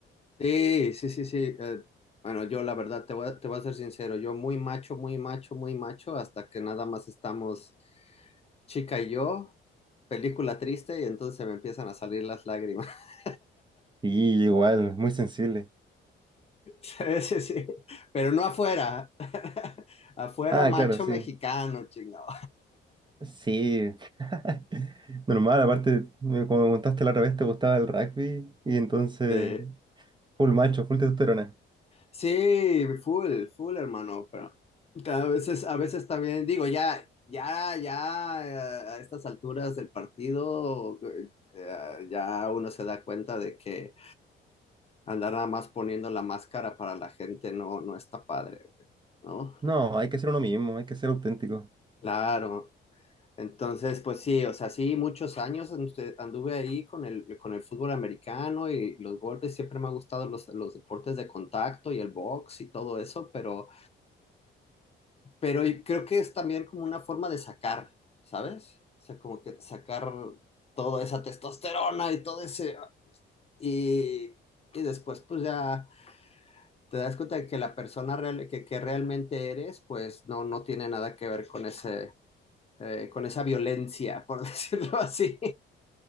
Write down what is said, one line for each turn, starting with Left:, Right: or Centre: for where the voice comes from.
Left: Sí, sí, sí, sí. eh, bueno, yo la verdad te voy a, te voy a ser sincero, yo muy macho, muy macho, muy macho, hasta que nada más estamos chica y yo, película triste, y entonces me empiezan a salir las lágrimas. <laughs>
Right: Y igual, muy sensible.
Left: Sí, sí, sí. Pero no afuera. <laughs> Afuera,
Right: Ah,
Left: macho
Right: claro, sí.
Left: mexicano, chingado.
Right: Sí. <laughs> Normal, aparte, me- como me contaste la otra vez, te gustaba el rugby y entonces,
Left: Sí.
Right: full macho, full testosterona.
Left: Sí, full, full, hermano, pero a veces, a veces también digo, ya, ya, ya, eh, a estas alturas del partido, eh, eh, ya uno se da cuenta de que andar nada más poniendo la máscara para la gente no, no está padre, ¿no?
Right: No, hay que ser uno mismo, hay que ser auténtico.
Left: Claro. Entonces, pues sí, o sea, sí, muchos años andu- anduve ahí con el, con el fútbol americano y los golpes, siempre me ha gustado los, los deportes de contacto y el box y todo eso, pero... pero creo que es también como una forma de sacar, ¿sabes? O sea, como que sacar toda esa testosterona y todo ese... Y, y después pues ya te das cuenta de que la persona real, que, que realmente eres, pues no, no tiene nada que ver con ese... Eh, con esa violencia, por <laughs> decirlo así.